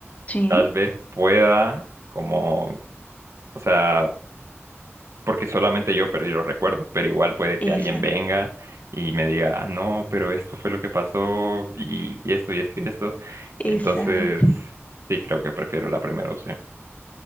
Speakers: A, on the left; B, on the right.
A: Sí,
B: Tal vez pueda, como, o sea, porque solamente yo perdí los recuerdos, pero igual puede que
A: esa,
B: alguien venga y me diga, "Ah, no, pero esto fue lo que pasó y, y esto y esto y esto.
A: exacto.
B: Entonces, sí, creo que prefiero la primera opción.